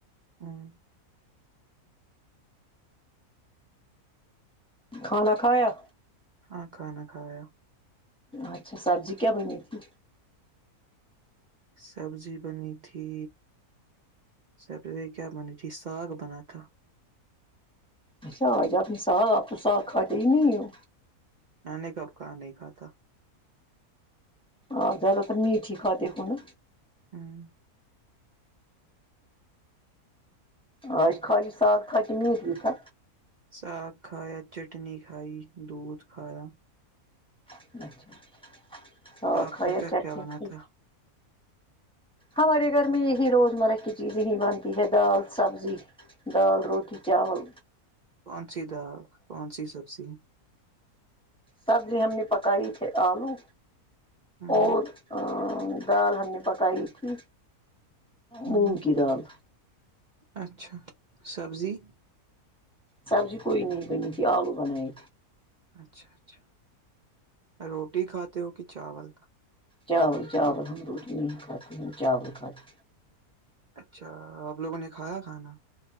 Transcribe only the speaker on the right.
آمم
ہاں کھانا کھایا
سبزی بنی تھی سر پے کیا بنی تھی ساگ بنا تھا
میں نے کب کہا نہیں کھاتا
آمم
ساگ کھایا چٹنی کھائی دودھ کھایا
آپ
کے گھر
کیا بنا
تھا
کون سی دال کون سی سبزی
ہاں
ہاں
اچھا سبزی
اچھا اچھا روٹی کھاتے ہو کی چاول
اچھا آپ لوگوں نے کھایا کھانا